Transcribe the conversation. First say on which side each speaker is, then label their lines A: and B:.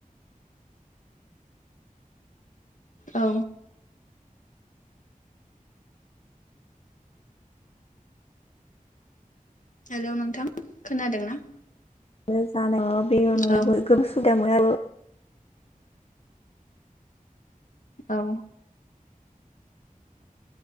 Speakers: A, on the left; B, on the left.
A: औ। हेलौ नोंथां खोनादों ना
B: जानायाव बे अनगायैबो
A: औ
B: गोबां सुबिदा मोनो आरो
A: औ।